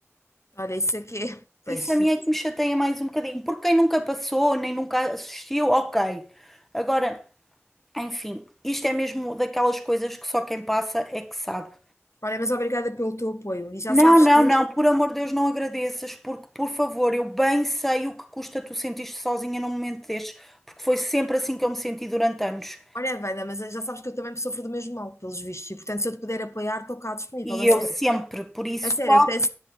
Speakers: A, on the left; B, in the centre.
A: Olha, isso aqui é. Pois,
B: Isso a mim
A: isso.
B: é que me chateia mais um bocadinho, porque quem nunca passou, nem nunca assistiu, ok. Agora, enfim, isto é mesmo daquelas coisas que só quem passa é que sabe.
A: Olha, mas obrigada pelo teu apoio. E já
B: Não,
A: sabes
B: não,
A: que.
B: não, por amor de Deus, não agradeças, porque, por favor, eu bem sei o que custa tu sentir-te sozinha num momento destes, porque foi sempre assim que eu me senti durante anos.
A: Olha, Wanda, mas já sabes que eu também sofro do mesmo mal, pelos vistos. E portanto, se eu te puder apoiar, estou cá disponível,
B: E
A: a
B: eu
A: sério.
B: sempre, por isso,
A: A sério,
B: qual
A: eu tens,